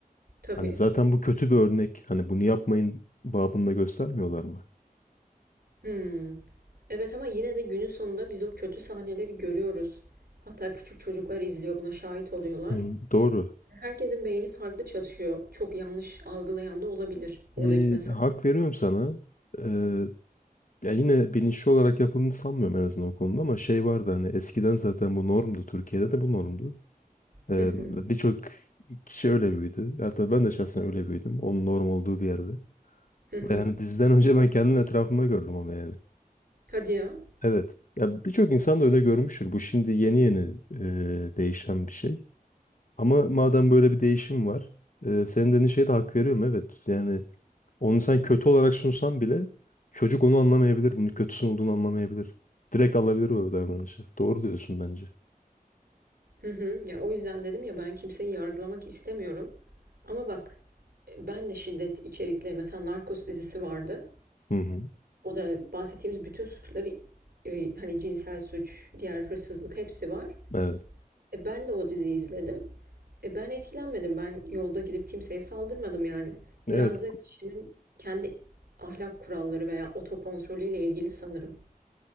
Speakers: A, on the right; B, on the left.
A: Tabii.
B: Hani zaten bu kötü bir örnek. Hani bunu yapmayın babında göstermiyorlar mı?
A: Hımm. Evet ama yine de günün sonunda biz o kötü sahneleri görüyoruz. Hatta küçük çocuklar izliyor, buna şahit oluyorlar.
B: Hı, doğru.
A: Herkesin beyni farklı çalışıyor. Çok yanlış algılayan da olabilir oradaki
B: Ee,
A: mesajı.
B: hak veriyorum sana. Ee, ya yine bilinçli olarak yapıldığını sanmıyorum en azından o konuda ama şey vardı hani eskiden zaten bu normdu. Türkiye'de de bu normdu. Ee,
A: Hı hı.
B: birçok kişi öyle büyüdü. Hatta ben de şahsen öyle büyüdüm. Onun norm olduğu bir yerde.
A: Hı hı.
B: Ve hani diziden önce ben kendim etrafımda gördüm onu yani.
A: Hadi ya.
B: Evet. Ya birçok insan da öyle görmüştür. Bu şimdi yeni yeni e, değişen bir şey. Ama madem böyle bir değişim var, e, senin dediğin şeye de hak veriyorum evet. Yani onu sen kötü olarak sunsan bile çocuk onu anlamayabilir. Bunun kötüsün olduğunu anlamayabilir. Direkt alabilir o davranışı. Doğru diyorsun bence.
A: Hı hı. Ya o yüzden dedim ya ben kimseyi yargılamak istemiyorum. Ama bak e, ben de şiddet içerikli mesela Narcos dizisi vardı.
B: Hı hı.
A: O da bahsettiğimiz bütün suçları e, hani cinsel suç, diğer hırsızlık hepsi var.
B: Evet.
A: E, ben de o diziyi izledim. E, ben etkilenmedim. Ben yolda gidip kimseye saldırmadım yani.
B: Evet.
A: Biraz da kişinin kendi ahlak kuralları veya otokontrolüyle ilgili sanırım.